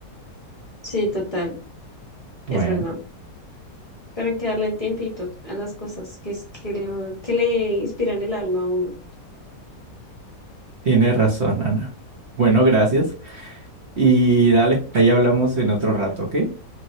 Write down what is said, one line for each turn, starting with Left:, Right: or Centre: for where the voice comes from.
Left: sí, total,
Right: Bueno,
Left: es verdad. Pero hay que darle el tiempito a las cosas que es que lo que le inspiran el alma a uno.
Right: tienes razón, Ana. Bueno, gracias. Y dale, ahí hablamos en otro rato, ¿ok?